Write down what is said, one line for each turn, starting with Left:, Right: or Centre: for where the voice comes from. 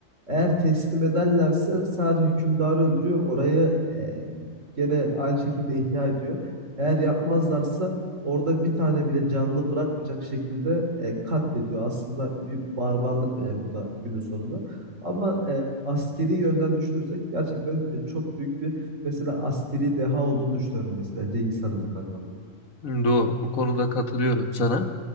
Right: Eğer teslim ederlerse sadece hükümdarı öldürüyor. Orayı e, gene aynı şekilde ihya ediyor. Eğer yapmazlarsa orada bir tane bile canlı bırakmayacak şekilde e, katlediyor. Aslında bir barbarlık e, bu da günün sonunda. Ama e, askeri yönden düşünürsek gerçekten e, çok büyük bir Mesela askeri deha olduğunu düşünüyorum mesela Cengiz Han'ın da kankam.
Left: Doğru. Bu konuda katılıyorum sana.